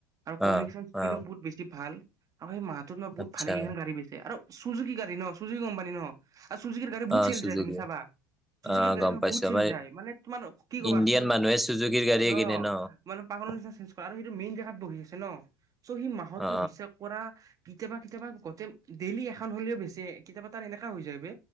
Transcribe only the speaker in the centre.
অ
অ
আচ্ছা
অ
চুজুকি
অ
গম
পাইছো
আমাৰ
ইণ্ডিয়ান
মানুহে চুজুকিৰ গাড়ীয়ে
কিনে ন
অ